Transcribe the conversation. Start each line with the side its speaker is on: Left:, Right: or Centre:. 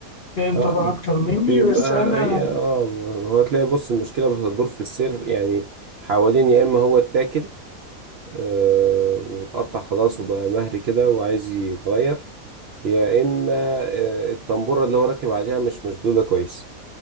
Left: فاهم
Right: اه
Left: طبعا اكتر
Right: بيبقى
Left: مني بس انا
Right: هي اه هو تلاقي بص المشكلة بتدور في السير يعني حوالين يا اما هو اتاكل آه واتقطع خلاص وبقى مهري كده وعايز يتغير يا اما آه الطنبورة اللي هو راكب عليها مش مشدودة كويس